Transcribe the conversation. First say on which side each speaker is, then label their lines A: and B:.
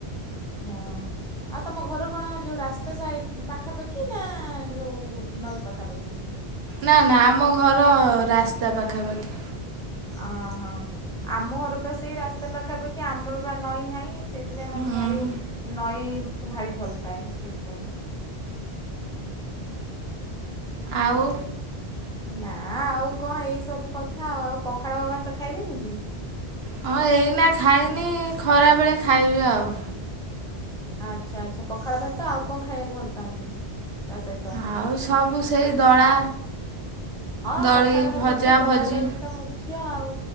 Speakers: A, in the centre; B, on the right.
A: ହଁ। ଆଉ ତମ ଘର କଣ ଯୋଉ ରାସ୍ତା ସାଇଡ଼୍ ପାଖାପାଖି ନା ଯୋଉ ହଉଛି ନଈ ପାଖାପାଖି?
B: ନା ନା ଆମ ଘର ରାସ୍ତା ପାଖାପାଖି।
A: ଅ ହଁ ଆମ ଘର ପା ସେଇ ରାସ୍ତା ପାଖାପାଖି ଆମର ବା ନଈ ନାହିଁ? ସେଇଥିପାଇଁ ମୋତେ
B: ହୁଁ
A: ଭାରି ନଈକୁ ଭାରି ଭଲ ପାଏ ସେଇଥିପାଇଁ।
B: ଆଉ
A: ନା ଆଉ କଣ ଏଇସବୁ କଥା ଆ ଆଉ ପଖାଳ ଭାତ ଖାଇବେନି କି?
B: ହଁ ଏଇନା ଖାଇନି ଖରାବେଳେ ଖାଇବି ଆଉ
A: ଆଚ୍ଛା ଆଚ୍ଛା ପଖାଳ ଭାତ ଆଉ କଣ ଖାଇବାକୁ ଭଲ ପାଆନ୍ତି ତା ସହିତ?
B: ଆଉ ସବୁ ସେଇ ଦଳା
A: ହଁ
B: ଦଳି
A: ପଖାଳ
B: ଭଜା
A: ଭାତ ତ ଦଳା
B: ଭଜି
A: ଦଳି ତ ମୁଖ୍ୟ ଆଉ